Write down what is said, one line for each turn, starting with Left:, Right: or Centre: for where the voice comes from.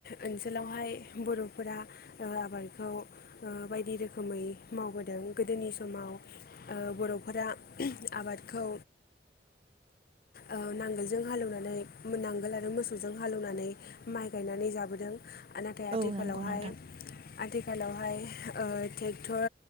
Left: ओनसोलावहाय बर' फोरा ओ आबादखौ ओ बायदि रोखोमै मावबोदों गोदोनि समाव ओ बर'फोरा <unintelligible> आबादखौ ओह नांगोलजों हालौनानै मोननांगाल आरो मोस सौजों हालौवनानै माइ गायनानै जाबोदों आ नाथाय आथिखालावहाय
Right: औ नंगौ नोंथां
Left: आथिखालावहाय ओ थेक्टर